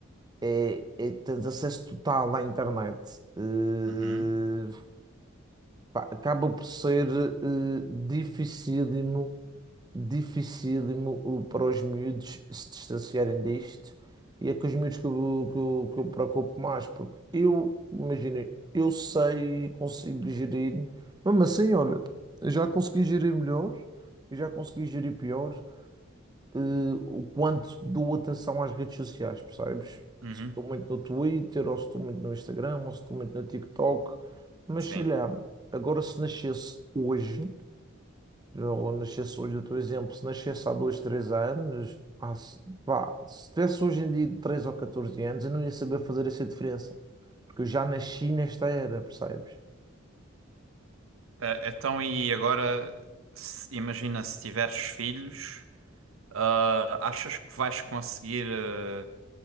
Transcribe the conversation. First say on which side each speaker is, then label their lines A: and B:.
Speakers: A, on the right; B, on the right.
A: é, é, é- tens acesso total à internet, eh,
B: uhum,
A: pá, acaba por ser eh, dificílimo, dificílimo eh, para os miúdos se distanciarem disto. E é com os miúdos que eu, que eu, que eu me preocupo mais, porque eu, imagina, eu sei e consigo gerir, mesmo assim, olha, eu já consegui gerir melhor, eu já consegui gerir pior, eh, o quanto dou atenção às redes sociais, percebes?
B: uhum,
A: Se estou muito no Twitter, ou se estou muito no Instagram, ou se estou muito no TikTok, mas
B: sim.
A: sei lá, agora se nascesse hoje, ou nascesse hoje, eu estou exemplo, se nascesse há dois três anos, ah, se, pá, se tivesse hoje em dia 13 ou 14 anos, eu não ia saber fazer essa diferença, porque eu já nasci nesta era, percebes?
B: Eh, então, e agora, se- imagina se tiveres filhos, ah, achas que vais conseguir. eh,